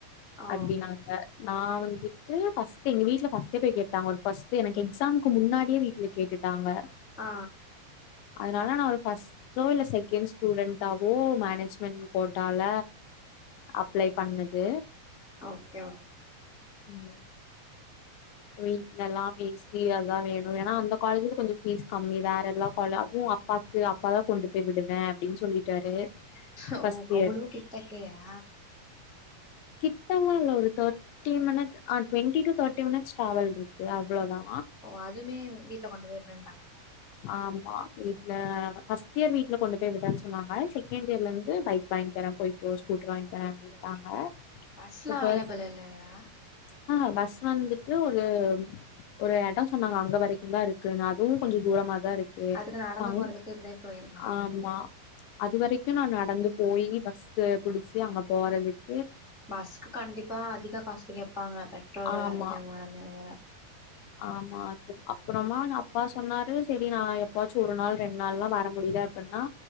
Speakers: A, in the centre; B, on the left.
A: ஓ
B: அப்டினாங்க நா வந் விட்டு் ஃபஸ்ட்டே எங்க வீட்ல ஃபஸ்ட் டே போய் கேட்டாங்க ஒரு ஃபஸ்ட்டு எனக்கு எக்ஸம்க்கு முன்னாடியே வீட்ல கேட்டுட்டாங்க
A: ஆ
B: அதனால நா ஒரு ஃபஸ் டோ இல்ல செகண்ட் ஸ்டூடெண்ட்வோ மேனேஜ்மெண்ட் கோட்டால அப்ளை பண்ணது
A: ஓகே ஓ
B: ம் வீ்ட்ல எல்லா பேசி அதா வேணு ஏனா அந்த காலேஜ்ல கொஞ்சோ ஃபீஸ் கம்மி வேற எல்லா காலே அதுவு அப்பாக்கு அப்பாதா கொண்டு போய் விடுவே அப்டின் சொல்லிட்டாரு
A: ஓ
B: ஃபர்ஸ்ட்
A: அவ்ளோ கிட்டக்கயா
B: கிட்டனா இல்ல ஒரு தேட்டி மினிட் ஆ டொன்டி டூ தேட்டி மினிட் ஸ் ட்ராவல் இருக்கு அவ்ளோதா
A: ஓ அதுமே வீட்ல கொண்டு போய் விட்றேன்டாங்க
B: ஆமா வீட்ல ஃபர்ஸ்ட் இயர் வீட்ல கொண்டு போய் விடேனு சொன்னாங்க செகண்ட் இயர்ல இருந்து பைக் வாங்கி தரே போய்க்கோ ஸ்கூட்டர் வாங்கி தரே
A: ஓகே
B: அப்டின்டாங்க
A: ஓகே ஓகே பஸ்லா
B: இப்போ
A: அவைலபிள் இல்லயா
B: ஆ பஸ் வந்துட்டு ஒரு ஒரு எடோ சொன்னாங்க அங்க வரைக்குந்தா இருக்குன்னு அதுவு கொஞ்சோ தூரமாதா இருக்கு
A: அதுக்கு நடந்து
B: அங்
A: போறதுக்கு இப்டியே போயிர்லா
B: ஆமா அதுவரைக்கு நா நடந்து போயி பஸ்ஸ புடிச்சு அங்க போறதுக்
A: பஸ்க்கு கண்டிப்பா அதிக காஸ்டு கேட்பாங்க பெட்ரோல் வெல
B: ஆமா
A: அதிகமானதுனால வேற
B: ஆமா அது அப்றமானா அப்பா சொன்னாரு செரி நா எப்பாச்சு ஒரு நாள் ரெண்டு நாள்லா வர முடியல அப்பின்னா